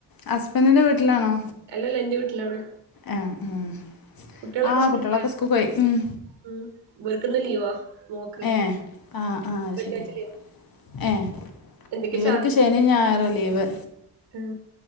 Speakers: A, on the left; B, on the right.
A: ഹസ്ബന്റിന്റെ വീട്ടിലാണൊ
B: അല്ലല്ല എന്റെ വീട്ട്ലാണ്
A: എഹ് ആഹ്
B: കുട്ടികളൊക്ക
A: ആഹ്
B: സ്കൂളി
A: കുട്ടികളൊക്കെ
B: പോയ
A: സ്കൂൾക്ക് പോയി ഉം
B: ഉം ഇവര്ക്കിന്ന് ലീവാമോ ക് <unintelligible>
A: ഏഹ് ആഹ് ആഹ് അത്
B: വെള്ളിയാഴ്ച്ച
A: ശരി
B: ലീവാ
A: ഏഹ്
B: എന്തൊക്കെ
A: ഇവര്ക്ക് ശെനി ഞായറു ആ ലീവ്
B: ഉം